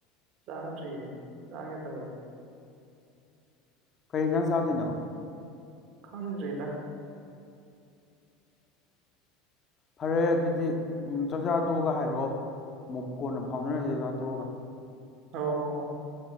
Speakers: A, on the right; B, on the left.
A: ꯆꯥꯗ꯭ꯔꯤꯌꯦ ꯆꯥꯒꯦ ꯇꯧꯔꯦ
B: ꯀꯩ ꯍꯤꯅꯖꯥꯡ ꯆꯥꯗꯣꯏꯅꯣ
A: ꯈꯪꯗ꯭ꯔꯤꯗ
B: ꯐꯔꯦ ꯑꯗꯨꯗꯤ ꯎꯝ ꯆꯥꯛꯆꯥꯥ ꯇꯣꯛꯑꯒ ꯍꯥꯏꯔꯛꯑꯣ ꯑꯃꯨꯛ ꯀꯣꯟꯅ ꯐꯥꯎꯅꯔꯁꯤ ꯆꯥꯛꯆꯥ ꯇꯣꯛꯑꯒ
A: ꯍ ꯍꯣ ꯍꯣ